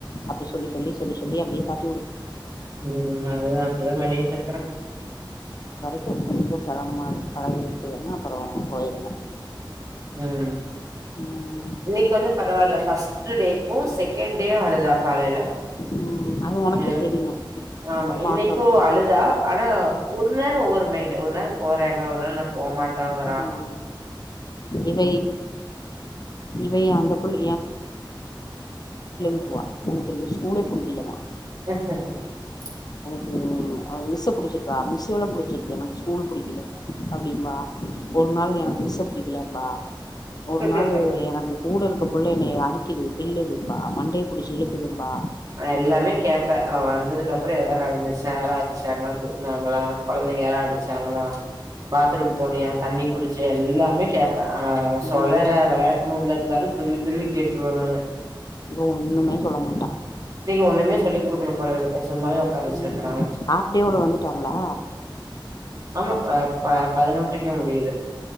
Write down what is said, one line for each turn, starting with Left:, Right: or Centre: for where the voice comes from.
Left: அப்டி சொல்லி சொல்லி சொல்லி சொல்லி அப்டியே தாட்டிவுடு
Right: உம் அதுதான் அப்டிதான் பண்ணிட்டு இருக்கறேன்
Left: கொஞ்சம் சிரமமா இருக்கு பழகிச்சினா அப்புறம் போயிருங்க
Right: உம்
Left: ம்
Right: இன்னைக்கு கொஞ்சம் பரவாயில்ல ஃபர்ஸ்ட் டேக்கும் செ கெண்டே அழுதா காலையில
Left: ம் அது உனக்கே
Right: ஹ
Left: தெரியு
Right: ஆமா இன்னைக்கும்
Left: மாற்றம்
Right: அழுதா ஆனா ஒருன்னேர ஒவ்வொரு மைண்ட் ஒருன்னேர போற அதனால நா போ மாட்டேங்கிறான்
Left: ம் இவை இவ அந்த புள்ள வ நமக்கு இந்த ஸ்கூலே புடிக்கலமா
Right: <unintelligible>
Left: ம் ஆ மிஸ்ச புடிச்சிருக்கா மிஸ் லா புடிச்சிருக்க எனக்கு ஸ்கூல் புடிக்கல அப்படிம்பா ஒரு நாள் எனக்கு மிஸ்ச புடிக்கலம்பா ஒரு நாளு
Right: ம்
Left: எனக்கு கூட இருக்க புள்ள என்னைய அடிக்கிது கில்லுதும்பா மண்டையை புடிச்சி இலுக்குதும்பா
Right: எல்லாமே கேப்பேன் அவ வந்ததுக்கு அப்புறம் ஏதாவது நடந்துச்ச ஆரச்சாங்க திட்னாங்களா குழந்தைங்க யாராம் அடிச்சாங்களா பாத்ரூம் போனியா தண்ணி குடிச்சியா எல்லாமே கேப் ஆ சொல்லல
Left: ம்
Right: விளையாட்டு மூட்ல இருந்தாலும் துருவி துருவி கேட் <unintelligible>
Left: இவ ஒண்ணுமே சொல்ல மாட்டா
Right: ஒன்னுமே சொல்லி குடுக்கல போல <unintelligible> சும்மாவே உட்கார வச்சிருக்கறாங்க
Left: ம் ஹாஃப் டேவோட வந்துட்டாங்களா
Right: ஆமாக்கா ப பதினொன்ரைக்கே முடிது